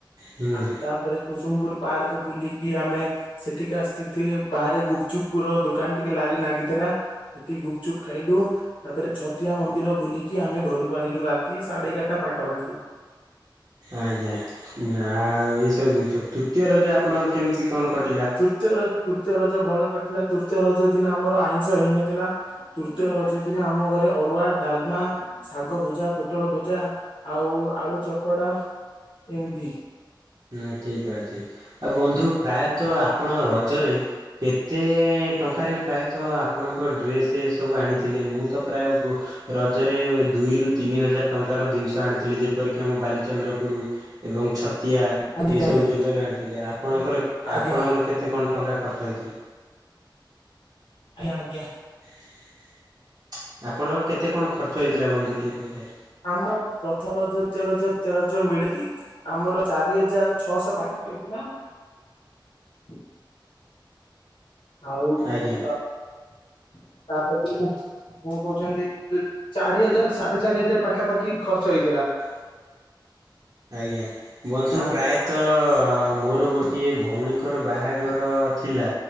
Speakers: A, on the right (about 50°); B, on the left (about 85°).
A: ହୁଁ।
B: ଆ ତାପରେ କୁସୁମପୁର ପାର୍କ ବୁଲିକି ଆମେ ସେଠିକା ସ୍ଥିତି ରେ ବାହାରେ ଗୁପଚୁପ ର ଦୋକାନ ଟିକେ ଲାରି ନାଗିଥିଲ ଲା। ଏଠି ଗୁପଚୁପ୍ ଖାଇଲୁ ତାପରେ ଛତିଆ ମନ୍ଦିର ବୁଲିକି ଆମେ ଘରକୁ ଆଇଲୁ ରାତି ସାଢେ ଏଗାରଟା ପା। <unintelligible>
A: ଆଜ୍ଞା ଆଉ ଏଇ ସବୁ ଜିନିଷ ତୃତୀୟ ରଜ ଆପଣଙ୍କର କେମିତି କଣ କଟିଲା?
B: ତୃତୀୟ ର ତୃତୀୟ ରଜ ଭଲ କଟିଲା ତୃତୀୟ ରଜ ଦିନ ଆମର ଆଇଁଷ ହେଇନଥିଲା ତୃତୀୟ ରଜ ଦିନ ଆମ ଘରେ ଅରୁଆ, ଡାଲମା, ଶାଗ ଭୁଜା, ପୁ ଟଳ ଭଜା ଆଉ ଆଳୁ ଚକଡା ଏମିତି।
A: ନା ଠିକ ଅଛି ଆଉ ବ ତୁ ପ୍ରାୟତଃ ଆପଣ ରଜରେ କେତେ ଟଙ୍କାରେ ପ୍ରାୟତଃ ଆପଣଙ୍କ ଡ୍ରେ ସେ ସବୁ ଆଣିଥିଲେ ମୁଁ ତ ପ୍ରାୟ ରଜରେ ଦୁଇରୁ ତିନି ହଜାର ଟଙ୍କାର ଜିନି ଆଣୀଥିଲି ଯେପରିକି ଆମ ବାଲିଚନ୍ଦ୍ରପୁର ଏବଂ ତିଆ
B: ଆଜ୍ଞା ଆଜ୍ଞା
A: ଏଇସବୁ
B: ଆଜ୍ଞା
A: ଜଗରେ ଆଣିଥିଲି ଆପଣଙ୍କର
B: ଆଜ୍ଞା
A: ଆପଣଙ୍କର କେତେ କଣ ଟଙ୍କା ଖର୍ଚ୍ଚ ହୋଇଥିଲା।
B: ଆଜ୍ଞା ଆଜ୍ଞା।
A: <inaudible> ଆପଣଙ୍କର କେତେ କଣ ଖର୍ଚ୍ଚ ହେଇଥିଲା ବନ୍ଧୁଟିଏ ବଜାର
B: <unintelligible> ଛଅଶହ ବାକି ବା <unintelligible>
A: ଆଜ୍ଞା
B: କଣ କହୁଛନ୍ତି ଚାରି ହଜାର ସାଢେ ଚାରି ହଜାର ପାଖାପାଖି ଖର୍ଚ୍ଚ ହେଇଥିଲା।
A: <inaudible> ଆଜ୍ଞା ବନ୍ଧୁ
B: ତାପରେ
A: ପ୍ରାୟତଃ ମୋର ଗୋ ଗୋଟିଏ ଭଉଣୀଙ୍କର ବାହାଘର ଥିଲା